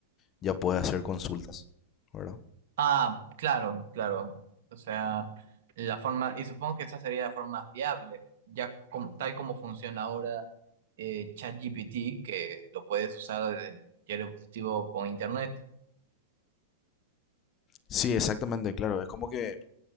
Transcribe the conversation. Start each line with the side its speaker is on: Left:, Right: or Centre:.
Left: ya puede hacer consultas, ¿verdad?
Right: Ah, claro, claro. O sea, la forma, y supongo que esa sería la forma más viable, ya com- tal como funciona ahora eh, ChatGPT, que lo puedes usar desde cualquier dispositivo con internet.
Left: Sí, exactamente, claro. Es como que